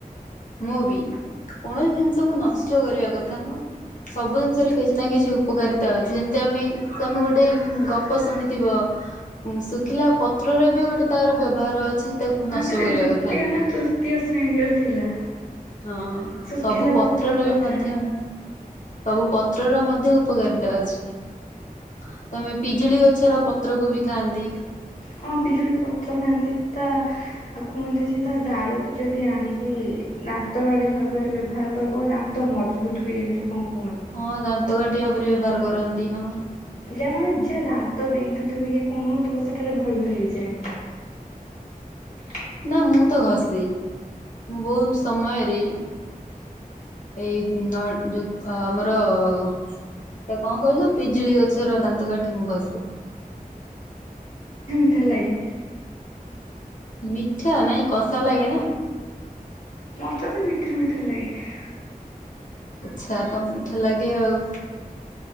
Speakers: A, on the left; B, on the left.
A: ମୁଁ ବି କୌଣସି ଜିନିଷକୁ ନଷ୍ଟ କରିବା କଥା ନୁହଁ ସବୁ ଜିନିଷରେ କିଛି ନା କିଛି ଉପକାରିତା ଅଛି ଯେମିତି ଆମେ ତମେ ଗୋଟେ ଗପ ଶୁଣିଥିବ ଶୁଖିଲା ପତ୍ରରେ ବି ଗୋଟେ ତାର ବ୍ୟବହାର ଅଛି। ତାକୁ
B: ହଁ
A: ନଷ୍ଟ
B: ସେଟା
A: କରିବା
B: ଦ୍ଵିତୀୟ
A: କଥା ନୁହେଁ।
B: ନା ତୃତୀୟ ଶ୍ରେଣୀରେ ଥିଲା।
A: ହଁ
B: ଶୁଖିଲା
A: ସବୁ ପତ୍ରର
B: ପତ୍ର କଥା
A: ବି ମଧ୍ୟ ସବୁ ପତ୍ରର ମଧ୍ୟ ଉପକାରିତା ଅଛି ତମେ ପିଜୁଳି ଗଛର ପତ୍ରକୁ ବି ଖାଆନ୍ତି।
B: ହଁ ପିଜୁଳି ପତ୍ର ଖାଆନ୍ତି ତା ଆଉ କୁହନ୍ତି ଯେ ତା ଡାଳକୁ ଯଦି ଆଣିକି ଦାନ୍ତ କାଢି ଭାବରେ ବ୍ୟବହାର କରିବ ଦାନ୍ତ ମଜବୁତ ହୁଏ ଏମିତି କଣ କ
A: ହଁ ଦାନ୍ତ କାଠି ଭାବରେ ବ୍ୟବହାର କରନ୍ତି ହଁ।
B: ଯା ମାନେ ଯା ଦାନ୍ତ ବିନ୍ଧୁଥିବ କି କଣ ହଉଥିବ ସେଟାରେ ଭଲ ହେଇଯାଏ।
A: ନା ମୁଁ ତ ଘସେ। ମୁଁ ବହୁତ ସମୟରେ ଏଇ ନ ଦୁକ ଆମର ତ କଣ କହିଲୁ ପିଜୁଳି ଗଛର ଦାନ୍ତ କାଠି ମୁଁ ଘଷେ।
B: ହେଲା କି?
A: ମିଠା ନାଇଁ କଷା ଲାଗେ ନା।
B: ମତେ ତ ମିଠା ମିଠା ଲାଗେ।
A: ଆଛା ତ ତମକୁ ମିଠା ଲାଗେ ଆଉ।